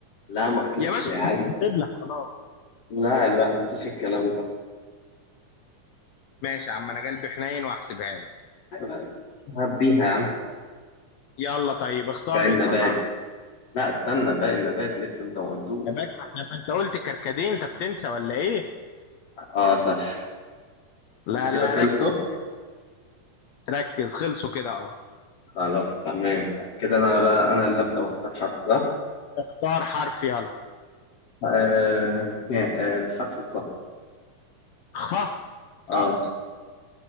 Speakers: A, on the left (about 50°); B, on the left (about 75°).
A: لا ما خلصش
B: يا باشا
A: يا عم
B: كنت هتبلع خلاص
A: لا لا مفيش الكلام ده
B: ماشي يا عم أنا قلبي حنين وهحسبها لك
A: أيوة، هديها يا عم
B: يلا طيب اختار
A: باقي النبات
B: انت حرف
A: لا استنى باقي النبات لسه انت ما قلتوش
B: يا باك ما احنا ما انت قلت كركديه انت بتنسى ولا ايه
A: اه صح
B: لا
A: هما كده
B: لا
A: خلصوا
B: ركز ركز خلصوا كده اه
A: خلاص تمام كده انا بقى انا اللي ابدا واختار حرف صح
B: اختار حرف يلا
A: آه آه، الحرف الخاء
B: خ صعب
A: اه
B: ده